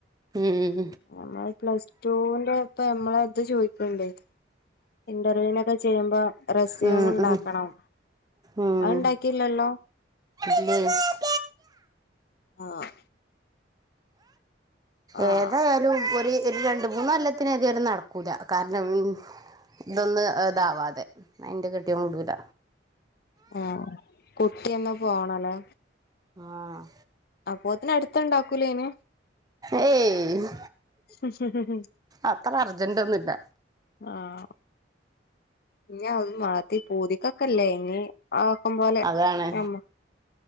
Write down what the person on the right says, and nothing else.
ഉം
ഉം
ഉം ഉം
<unintelligible>
ഏതായാലും <unintelligible> ഈ ഒരു രണ്ട് മൂന്നൊല്ലത്തിന് ഏതായാലും നടക്കൂല കാരണം മം ഇതൊന്ന് ഇതാവാതെ അയിന്റെ കെട്ടിയോൻ വിടൂല
ആഹ്
ഏയ്
അത്ര അർജന്റ് ഒന്നും ഇല്ല
അതാണ്